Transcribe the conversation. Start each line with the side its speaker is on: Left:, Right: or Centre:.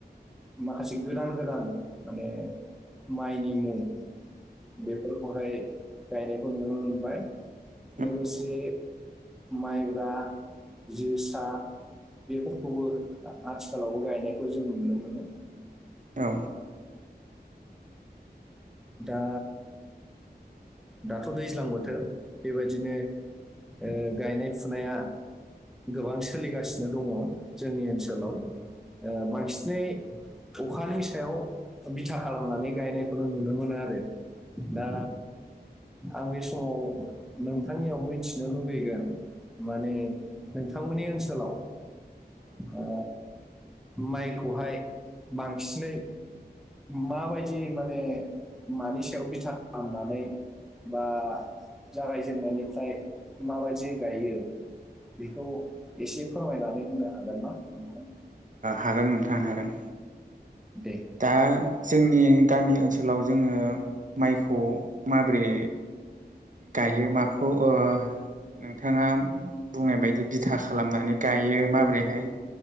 Centre: माखासे गोदान गोदान माने माइनि मुं बेफोरखौहाय गायनायखौ नुनो मोनबाय।
Right: ओ
Centre: लोगोसे माइब्रा जोसा बेफोरखौबो आथिखालावबो गायनायखौ जों नुनो मोनो।
Right: औ
Centre: दा दाथ' दैज्लां बोथोर बेबायदिनो ओ गायनाय फुनाया गोबां सोलिगासिनो दङ जोंनि ओनसोलाव ओ‌ बांसिनै अखानि सायाव बिथा खालामनानै गायनायखौनो नुनो मोनो आरो दा आं बे समाव नोंथांनियाव मिथिनो लुबैगोन माने नोंथांमोननि ओनसोलाव ओ माइखौहाय बांसिनै माबायदि माने मानि सायाव बिथा खालामनानै बा जागायजेननायनिफ्राय माबायदि गायो बेखौ एसे फोरमायनानै होनो हागोन नोंथां
Right: हागोन नोंथां हागोन
Centre: दे
Right: दा जोंनि गामि ओनसोलाव जोङो माइखौ माबोरै गायो माखौ ओ नोंथाङा बुंनाय बायदि बिथा खालामनानै गायो माबोरैहाय